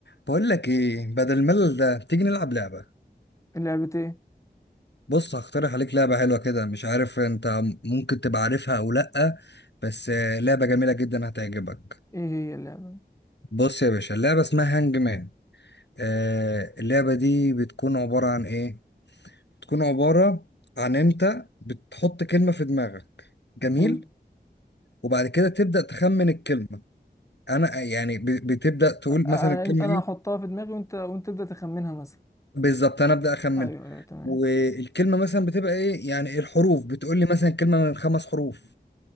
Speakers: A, on the left; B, on the left.
A: بقول لك ايه بدل الملل ده تيجي نلعب لعبة
B: لعبة ايه؟
A: بص هقترح عليك لعبة حلوة كده مش عارف انت ممكن تبقى عارفها او لأ بس آه، لعبة جميلة جدا هتعجبك
B: ايه هي اللعبة؟
A: بص يا باشا اللعبة اسمها هانج مان آه اللعبة دي بتكون عبارة عن ايه بتكون عبارة عن انت بتحط كلمة في دماغك جميل
B: حلو
A: وبعد كده تبدأ تخمن الكلمة انا يعني ب- بتبدأ تقول
B: أ- أ-
A: مثلا الكلمة
B: انا
A: ايه
B: هحطها في دماغي وانت وانت تبدأ تخمنها مثلا
A: بالظبط انا ابدا اخمن
B: ايوه ايوه تمام
A: والكلمه مثلا بتبقى ايه يعني الحروف بتقول لي مثلا كلمه من خمس حروف